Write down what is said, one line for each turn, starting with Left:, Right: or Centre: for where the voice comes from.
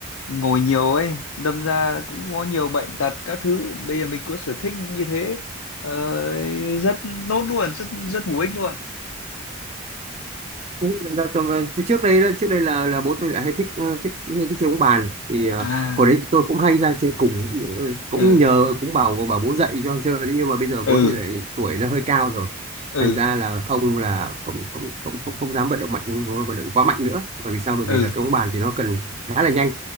Left: ngồi nhiều ấy đâm ra là cũng có nhiều bệnh tật các thứ bây giờ mình có sở thích như thế ờ, rất tốt luôn rất rất bổ ích luôn
Right: Đấy, là- là- từ trước đây đó, trước đây là là bố tôi lại hay thích ờ, thích thích chơi bóng bàn thì ờ,
Left: à
Right: hồi đấy tôi cũng hay ra chơi cùng Ừ, cũng
Left: ừ
Right: nhờ cũng bảo bảo bố dạy cho chơi đấy nhưng mà bây giờ bố
Left: ừ
Right: tôi lại tuổi nó hơi cao rồi
Left: ừ
Right: thành ra là ông là không không không không, không dám vận động mạnh không vận động quá mạnh nữa bởi vì sao bởi vì
Left: ừ
Right: là cái bóng bàn thì nó cần khá là nhanh